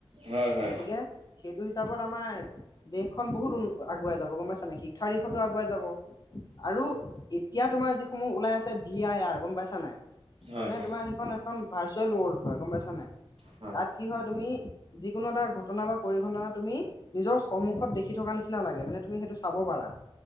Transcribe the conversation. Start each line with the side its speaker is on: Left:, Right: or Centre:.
Right: হয় হয়
Left: গতিকে সেই সিটো হিচাপত আমাৰ দেশখন বহুত উন আগুৱাই যাব, গম পাইছা নে নাই? শিক্ষাৰ দিশতো আগুৱাই যাব। আৰু এতিয়া তোমাৰ যিসমূহ ওলাই আছে, ভি আই আৰ, গম পাইছা নাই?
Right: হয়
Left: মানে
Right: হয়
Left: তোমাৰ সেইখন এখন ভাৰ্চুৱেল ৱৰ্ল্ড হয়, গম পাইছা নাই?
Right: হয়
Left: তাত কি হয় তুমি যিকোনো এটা ঘটনা বা পৰিঘটনা তুমি নিজৰ সন্মুখত দেখি থকা নিচিনা লাগে, মানে তুমি সেইটো চাব পাৰা।